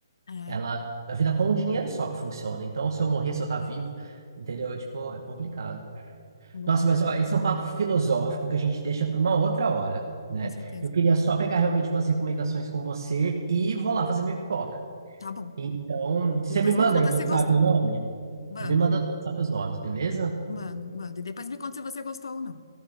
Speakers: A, on the left; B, on the right.
A: É,
B: Ela, a vida com o dinheiro só que funciona. Então, se eu morrer, se eu tá vivo, entendeu? Tipo, é complicado.
A: uma loucura,
B: Nossa, mas ó, esse é um papo filosófico que a gente deixa para uma outra hora, né?
A: com certeza.
B: Eu queria só pegar realmente umas recomendações com você e vou lá fazer minha pipoca.
A: Tá bom.
B: Então, você
A: Depois
B: me manda
A: me conta
B: aí no
A: se
B: WhatsApp
A: gostou.
B: o nome?
A: Mando,
B: Me manda no WhatsApp os nomes, beleza?
A: mando, mando. E depois me conta se você gostou ou não.